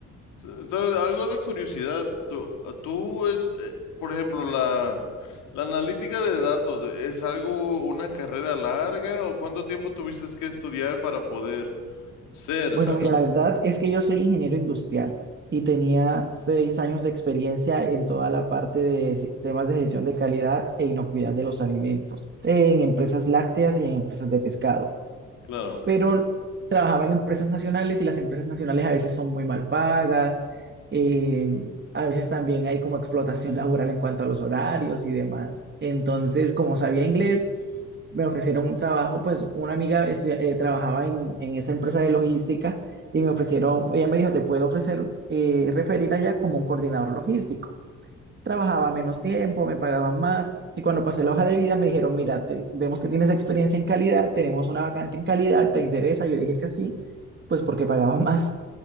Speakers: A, on the left; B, on the right.
A: S- ¿Sabes? Algo de curiosidad. Tú, tú es, eh, por ejemplo, la, la analítica de datos, ¿es algo, una carrera larga o cuánto tiempo tuviste que estudiar para poder ser
B: Bueno,
A: anal?
B: mira, la verdad es que yo soy ingeniero industrial y tenía seis años de experiencia en toda la parte de sistemas de gestión de calidad e inocuidad de los alimentos, en empresas lácteas y en empresas de pescado
A: Claro.
B: pero trabajaba en empresas nacionales y las empresas nacionales a veces son muy mal pagas, eh, a veces también hay como explotación <laughs> laboral en cuanto a los horarios y demás. Entonces, como sabía inglés, me ofrecieron un trabajo, pues una amiga estudia- eh, trabajaba en, en esa empresa de logística y me ofrecieron, ella me dijo, te puedo ofrecer, eh, referir allá como un coordinador logístico trabajaba menos tiempo, me pagaban más. Y cuando pasé la hoja de vida me dijeron, mira, te- vemos que tienes experiencia en calidad, tenemos una vacante en calidad, ¿te interesa? Yo dije que sí, pues porque pagaban más.